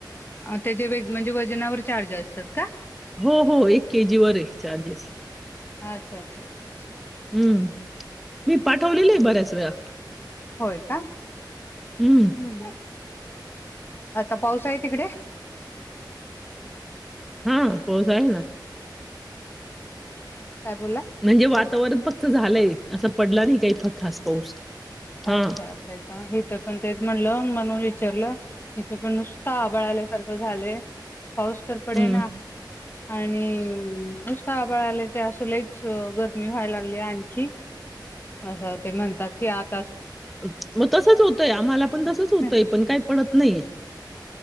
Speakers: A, on the left; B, in the centre.
A: आं त्याचे वेग म्हणजे वजनावर चार्ज असतात का?
B: हो-हो, एक केजी वर ए चार्जेस.
A: आ, अच्छा-अच्छा-अच्छा-अछ
B: हम्म, मी पाट ठेवलेलाय बऱ्याच वेळा.
A: होय का.
B: हम्म
A: हम् आता पाऊस आय तिकडे?
B: हां, पाऊस आहे ना.
A: काय बोलला
B: म्हणजे वातावरण फक् क्त झालंय असं पडला नाही काही फक् खास पाऊस. हा
A: आच्छा असाय का? हितं पण तेच म्हणलं म्हणून विचारलं. इथं पण नुसता आभाळ आल्या स् सारखं झालंय. पाऊस तर पडे
B: हम्म
A: ना. आणि, नुसतं आभाळ आला ते असं लयच गरमी व्हायलागल्या आणखी. असं, ते म्हणतात की आत
B: अ मग तसच होतंय आम्हाला पण तसच
A: ना
B: होतंय पण काही पडत नही ए.